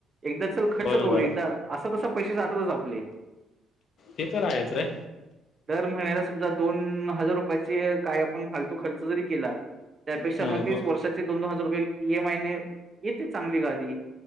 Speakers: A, on the right; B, on the left.
A: एकदा चल खर्च
B: बरोबर
A: करू एकदा असं तस पैसे जातातच आपले
B: ते तर आहेच रे
A: दर महिन्याला समजा दोन हजार रुपयाचे काय आपण फालतू खर्च जरी केला त्यापेक्षा
B: हो
A: मग तेच
B: हो
A: वर्षाचे दोनोन हज रुपये ई एम आय न इते चांगली ग आधी